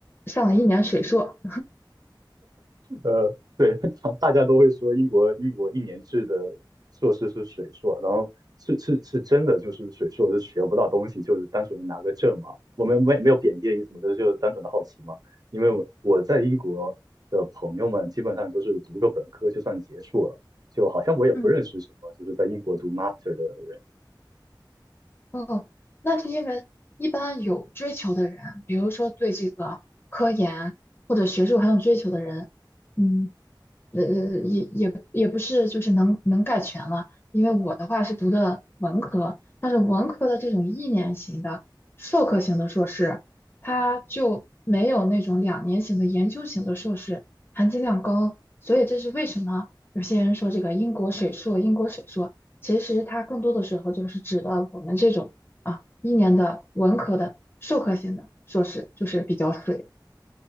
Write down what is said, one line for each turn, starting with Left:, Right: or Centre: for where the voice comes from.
Left: 上了一年水硕。
Right: 呃，对，<laughs> 大家都会说英国英国一年制的硕士是水硕，然后是是是真的，就是水硕是学不到东西，就是单纯拿个证嘛。我们没没有贬低的意思嘛，就是就是单纯的好奇嘛。因为我我在英国的朋友们基本上都是读个本科就算结束了，就好像我也不认识什么就是在英国读
Left: 嗯
Right: master 的人。
Left: 哦，那是因为一般有追求的人，比如说对这个科研或者学术很有追求的人，嗯。呃，呃也也也不是就是能能概全了，因为我的话是读的文科，但是文科的这种一年型的授课型的硕士，它就没有那种两年型的研究型的硕士含金量高，所以这是为什么有些人说这个英国水硕，英国水硕，其实它更多的时候就是指的我们这种啊一年的文科的授课型的硕士，就是比较水，